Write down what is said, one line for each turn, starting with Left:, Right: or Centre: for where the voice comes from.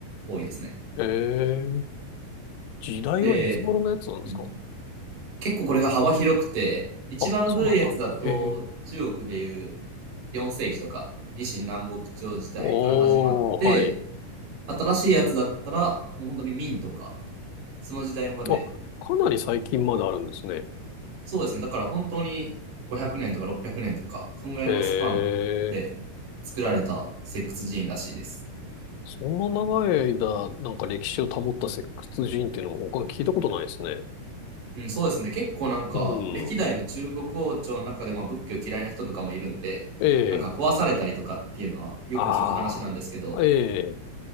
Right: 多いですね。
Left: ええ、時代はいつ頃のやつなんですか
Right: で、うん、結構これが幅広くて、一番古いやつだと、
Left: あ、そうなんだ。ええ、
Right: 中国でいう4世紀とか、李信南北朝時代から始まって、
Left: おー、はい。
Right: 新しいやつだったら、もう本当に明とか、その時代まで
Left: あ、かなり最近まであるんですね。
Right: そうですね。だから本当に500年とか600年とか、そんぐらいのスパンで
Left: ええ、
Right: 作られた石窟寺院らしいです。
Left: そんな長い間、なんか歴史を保った石窟人っていうのも他に聞いたことないですね。
Right: うん、そうですね。結構なんか、
Left: うん。
Right: 歴代の中国王朝の中で、まあ仏教嫌いな人とかもいるんで、
Left: ええ、
Right: なんか壊されたりとかっていうのはよく聞く話なんですけど、
Left: ああ。ええ。